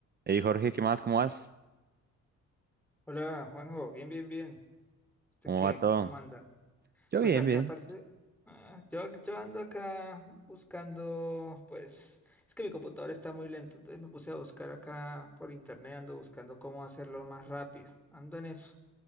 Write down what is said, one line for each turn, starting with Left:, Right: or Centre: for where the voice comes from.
Right: Hey Jorge, ¿qué más? ¿Cómo vas?
Centre: Hola, Juanjo, bien, bien, bien. ¿Usted
Right: ¿Cómo
Centre: qué?
Right: va todo?
Centre: ¿Cómo anda?
Right: Yo
Centre: Pues
Right: bien,
Centre: acá,
Right: bien.
Centre: parece, ah, yo, yo ando acá buscando, pues, es que mi computador está muy lento, entonces me puse a buscar acá por internet, ando buscando cómo hacerlo más rápido. Ando en eso,